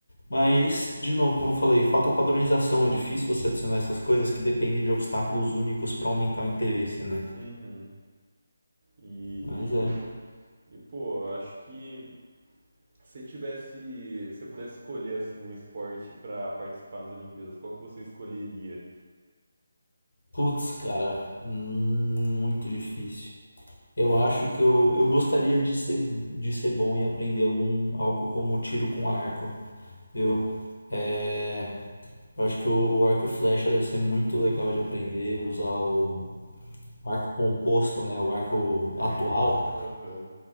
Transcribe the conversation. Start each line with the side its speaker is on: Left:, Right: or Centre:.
Left: Mas, de novo, como eu falei, falta padronização. É difícil você adicionar essas coisas que dependem de obstáculos únicos para aumentar o interesse, né?
Right: Uhum. E,
Left: Mas é.
Right: e pô, acho que se tivesse, se pudesse escolher assim um esporte para participar das Olimpíadas, qual que você escolheria?
Left: Putz, cara, hum, muito difícil. Eu acho que eu, eu gostaria de ser, de ser bom e aprender algum, algo como tiro com arco, viu? É, Eu acho que o, o arco e flecha deve ser muito legal de aprender, usar o arco composto, né? O arco atual,
Right: Aham.